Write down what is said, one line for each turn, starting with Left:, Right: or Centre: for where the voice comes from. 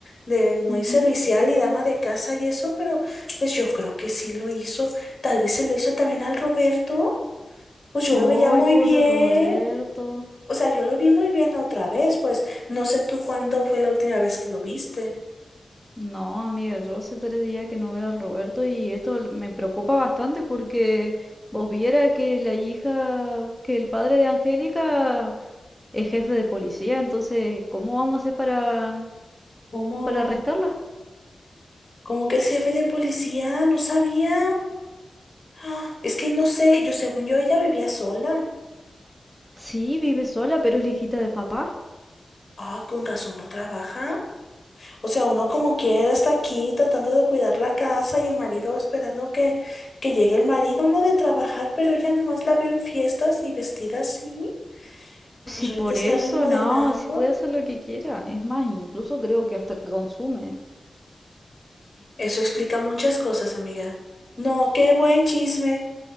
Left: de muy
Centre: Ujú.
Left: servicial y dama de casa y eso, pero pues yo creo que sí lo hizo. Tal vez se lo hizo también al Roberto. Pues yo
Centre: Ay,
Left: lo veía muy
Centre: pobre
Left: bien.
Centre: Roberto.
Left: O sea, yo lo vi muy bien la otra vez, pues no sé tú cuándo fue la última vez que lo viste.
Centre: No, amiga, yo hace tres días que no veo al Roberto y esto l- me preocupa bastante porque vos viera que la hija, que el padre de Angélica es jefe de policía, entonces, ¿cómo vamos a hacer para
Left: ¿Cómo?
Centre: para arrestarla.
Left: ¿Cómo que es jefe de policía? No sabía. Ah, Es que no sé, yo según yo ella vivía sola.
Centre: Sí, vive sola, pero es la hijita de papá.
Left: Ay, con razón no trabaja. O sea, uno como quiera está aquí tratando de cuidar la casa y el marido esperando que, que llegue el marido, no de trabajar, pero ella nomás la veo en fiestas y vestida así. Y
Centre: Si
Left: pues ahorita
Centre: por
Left: está
Centre: eso,
Left: remodelando.
Centre: no, si puede hacer lo que quiera. Es más, incluso creo que hasta consume. ¿eh?
Left: Eso explica muchas cosas, amiga. No, qué buen chisme,